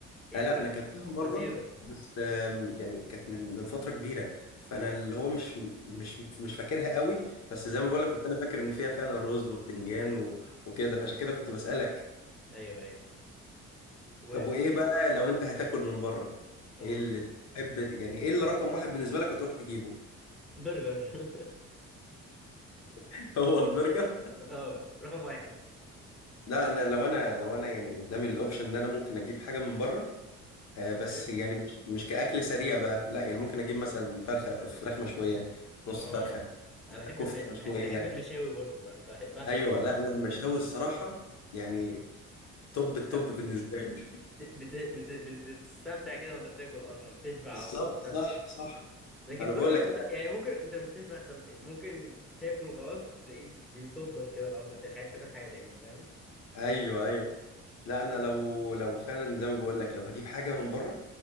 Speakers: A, in the centre; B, on the left (about 60°).
A: هي
B: آه لا
A: أكلة
B: انا اكلتها مره
A: خطيرة
B: بس آم، يعني كانت من من فتره كبيره فانا اللي هو مش مش مش فاكرها قوي بس زي
A: امم
B: ما بقول لك كنت انا فاكر ان فيها فعلا رز وبتنجان و... وكده فعشان كده كنت بسالك
A: ايوه ايوه وبتحب
B: طب وايه بقى
A: الس-
B: لو انت هتاكل من بره
A: اه
B: ايه اللي تحب يعني ايه اللي رقم واحد بالنسبه لك وتروح تجيبه
A: برجر <laughs>
B: <laughs> هو البرجر
A: اه رقم واحد
B: لا انا لو انا لو انا يعني قدامي الاوبشن ان انا ممكن اجيب حاجه من بره آه بس
A: كريب
B: يعني مش مش كاكل سريع بقى لا يعني ممكن اجيب مثلا فرخه فراخ مشويه نص
A: اه
B: فرخه
A: انا
B: آه،
A: بحب
B: كفته
A: الم...
B: مشويه
A: بح- بحب المشاوي برضو بح- بح- بعشق
B: ايوه
A: المشاوي
B: لا انا المشاوي الصراحه يعني توب التوب
A: لا
B: بالنسبه لي
A: بت... بت... بت... بتستمتع كده وانت بتاكل اصلا تشبع
B: بالظبط
A: ومستمتع
B: صح صح
A: لكن
B: انا
A: البرجر
B: بقول لك
A: مت... يعني ممكن انت مش تشبع انت ممكن تاكل وخلاص تلاقيه بي- بيصدك كده خلاص انت مش عايز تاكل حاجه تاني فاهم
B: ايوه ايوه لا انا لو لو فعلا زي ما بقول لك لو هجيب حاجه من بره